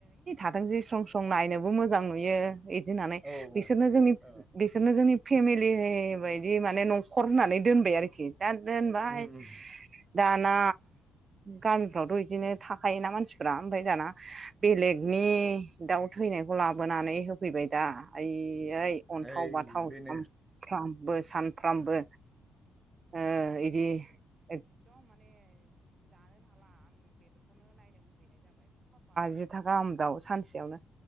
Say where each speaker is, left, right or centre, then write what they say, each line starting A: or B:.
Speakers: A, on the right; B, on the right.
A: आं नुयो इदि होननानै
B: औ
A: बिसोरनो
B: औ
A: जोंनि
B: औ
A: बिसोरनो जोंनि फेमिलि बायदि माने न'खर होननानै दोनबाय आरोखि। दा दोनबाय
B: उम उम
A: दाना गामिफ्रावथ' इदिनो थाखायोना मानसिफ्रा ओमफाय दाना बेलेगनि दाउ थै नायखौ लाबोनानै होफैबाय दा ओइ यैहाइ अन्थाव
B: ओइ
A: बाथाव
B: बेनो
A: सामफ्रामबो-सामफ्रामबो
B: उम
A: ओ इदि एक जिथा गाहाम दाव सानसेयावनो